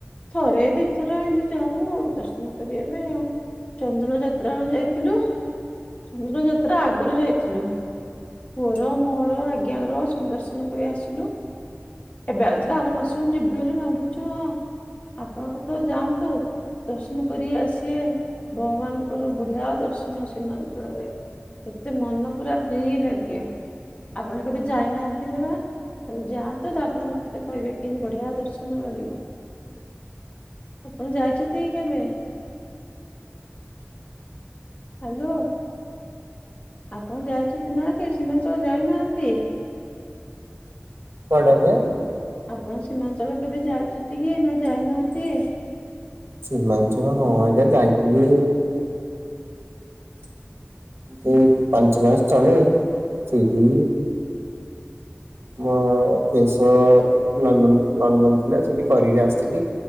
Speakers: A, on the left; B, on the right.
A: ଥରେ ଦିଥର ଏମିତି ଯାଉ ଆଉ ଦର୍ଶନ କରିବା ପାଇଁ ଆଉ। ଚନ୍ଦନ ଯାତ୍ରା ଯାଇଥିଲୁ ଚନ୍ଦନ ଯାତ୍ରା ଆଗରୁ ଯାଇଥିଲୁ। ପୁଅର ମୋର ଆଜ୍ଞାଙ୍କର ସୁବ ଦର୍ଶନ କରି ଆସିଲୁ। ଏବେ ଆଉଥରେ ଆର ମାସରେ ଯିବି ବୋଲି ଭାବୁଚୁ ଆ ଆପଣ କେତେବେଳେ ଯାଆନ୍ତୁ। ଦର୍ଶନ କରିକି ଆସିବେ ଭଗବାନଙ୍କର ବଢ଼ିଆ ଦର୍ଶନ ସୀମାଞ୍ଚଳରେ। ଏତେ ମନ ପୁରା ଫ୍ରି ଲାଗିବ। ଆପଣ କେବେ ଯାଇନାହାନ୍ତି ପରା ଥରେ ଯାଆନ୍ତୁ ତାପରେ ମତେ କହିବେ। ଏମତି ବଢିଆ ଦର୍ଶନ ମିଳିବ ଆପଣ ଯାଇଚନ୍ତି କି କେବେ? ହାଲୋ। ଆପଣ ଯାଇଚନ୍ତି ନା କେ ସୀମାଞ୍ଚଳ ଯାଇନାହାନ୍ତି?
B: ପଡ଼ଗ।
A: ଆପଣ ସୀମାଞ୍ଚଳ କେବେ ଯାଇଛନ୍ତି କି ନା ଯାଇନାହାନ୍ତି?
B: ସୀମାଞ୍ଚଳ ହଁ ଆଜ୍ଞା ଯାଇଥିଲି
A: <unintelligible>
B: ଯୋଉ ପାଞ୍ଚ ମାସ ତଳେ ସେଇଠି ମୋ ଫେସ ଲଣ୍ଡନ ଲଣ୍ଡନ ଥିଲା ସେଠି କରିକି ଆସିଥିଲି।